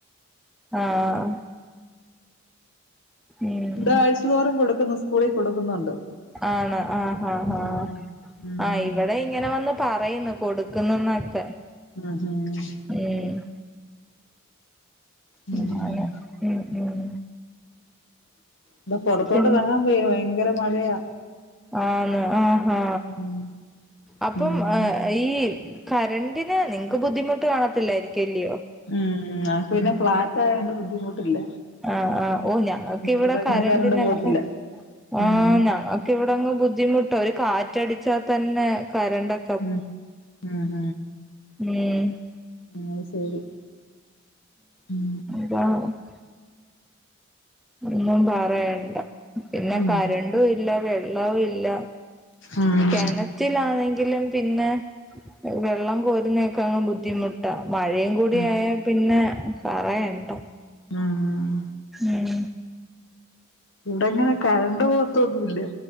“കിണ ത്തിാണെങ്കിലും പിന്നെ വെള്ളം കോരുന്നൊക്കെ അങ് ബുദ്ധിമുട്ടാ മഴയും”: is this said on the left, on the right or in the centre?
Centre